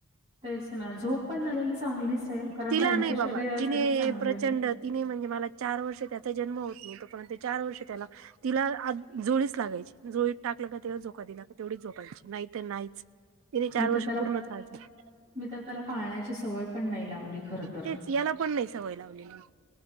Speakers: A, on the right; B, on the right.
A: तेच ना, झोप पण झालेली चांगलीच आहे, कारण
B: तिला
A: त्यांच्या
B: नाही बाबा
A: शरीरासाठीच
B: तिने
A: चांगले
B: प्रचंड
A: ते.
B: तिने म्हणजे मला, चार वर्ष त्याचा जन्म होत न तो पर्यंत चार वर्ष त्याला तिला आ जोळीच लागायची जोळीत टाकलं का तेव्हा झोका दिला तेवढीच झोपायची नाही तर नाहीच, तिने चार
A: मी
B: वर्ष
A: तर त्याला
B: पूर्ण त्रास दिलाय.
A: मी तर त्याला पाळण्याची सवय पण नाही लावली. खर तर.
B: तेच याला पण नाही सवय लावलेली.